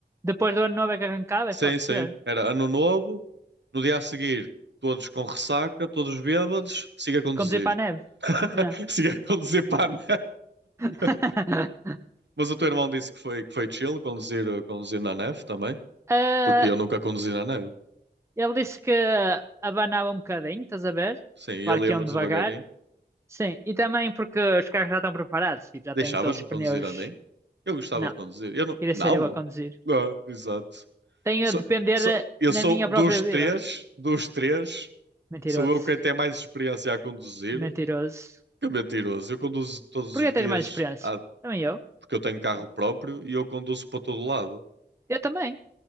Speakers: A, on the right (about 15°); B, on the right (about 85°).
A: Depois do ano novo é que arrancavas?
B: Sim,
A: Pode
B: sim.
A: ser.
B: Era ano novo, no dia a seguir, todos com ressaca, todos bêbados, siga a conduzir.
A: Conduzir para a neve.
B: <laughs>
A: É.
B: Seguia a conduzir para a neve.
A: <laughs>
B: <laughs> Mas o teu irmão disse que foi, que foi chill conduzir, eh, conduzir na neve também,
A: Ah,
B: porque eu nunca conduzi na neve.
A: ele disse que abanava um bocadinho, estás a ver?
B: Sim,
A: Claro
B: ele
A: que
B: ia
A: iam
B: muito
A: devagar.
B: devagarinho.
A: Sim, e também porque os carros já estão preparados, tipo, já
B: Deixavas-me
A: têm todos os pneus.
B: conduzir a mim? Eu gostava
A: Não,
B: de conduzir. Eu não.
A: queria
B: Não!
A: ser eu a conduzir.
B: Ah, exato.
A: Tenho
B: Sou,
A: a depender
B: sou,
A: eh,
B: eu
A: na
B: sou
A: minha
B: dos
A: própria vida.
B: três, dos três,
A: Mentiroso.
B: sou eu quem tem mais experiência a conduzir.
A: Mentiroso.
B: Que é mentiroso. Eu conduzo todos
A: Porquê
B: os
A: tens
B: dias
A: mais experiência?
B: à-
A: Também eu.
B: porque eu tenho carro próprio e eu conduzo para todo lado.
A: Eu também.